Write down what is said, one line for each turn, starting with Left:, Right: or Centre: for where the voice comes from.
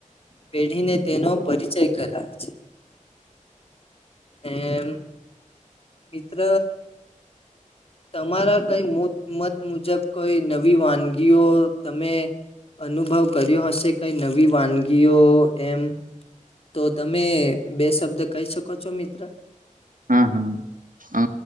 Left: પેઢીને તેનો પરિચય કરાવે છે એમમ મિત્ર તમારા કઈ મત મુજબ કોઈ નવી વાનગીઓ તમે અનુભવ કર્યો હશે કઈ નવી વાનગીઓ એમ તો તમે બે શબ્દ કહી શકો છો મિત્ર
Right: હા હા અ